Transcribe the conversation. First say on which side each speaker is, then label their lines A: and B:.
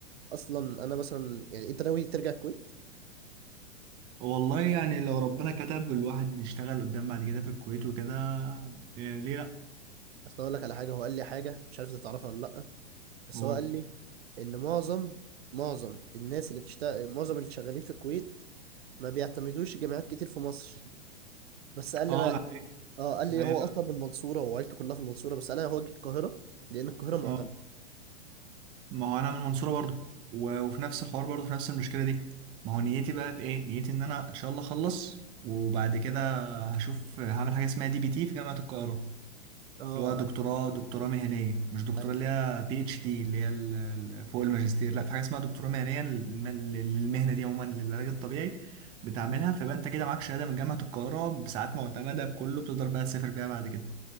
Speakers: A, on the right (about 65°); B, on the right (about 15°).
A: اصلا انا مثلا يعني انت ناوي ترجع الكويت
B: والله يعني لو ربنا كتب الواحد يشتغل قدام بعد كده في الكويت وكده إيه ليه لأ
A: اصل اقول لك على حاجه هو قال لي حاجه مش عارف انت تعرفها ولا لا بس
B: هو
A: هو قال لي ان معظم معظم الناس اللي بتشتغل معظم اللي شغالين في الكويت ما بيعتمدوش جامعات كتير في مصر بس قال
B: اه
A: لي انا
B: ده حقيقي
A: اه قال
B: ده
A: لي
B: حقيقي
A: هو
B: فعلا.
A: اصلا من المنصوره وعيلته كلها في المنصوره بس قال لي هو جه القاهره لان القاهره معتمده
B: اه ما هو انا من المنصوره برضو و- وفي نفس الحوار برضو في نفس المشكله دي ما هو نيتي بقى في ايه نيتي ان انا ان شاء الله اخلص وبعد كده هشوف هعمل حاجه اسمها دي بي تي في جامعه القاهره
A: اه
B: اللي هو دكتوراه
A: ايوه
B: دكتوراه مهنيه مش دكتوراه
A: ايوه
B: اللي هي بي اتش دي اللي هي ال- ال- فوق الماجستير لا في حاجه اسمها دكتوراه مهنيه للم- للمهنه دي عموما للعلاج الطبيعي بتعملها فيبقى انت كده معاك شهاده من جامعه القاهره بساعات معتمده بكله بتقدر بقى تسافر بيها بعد كده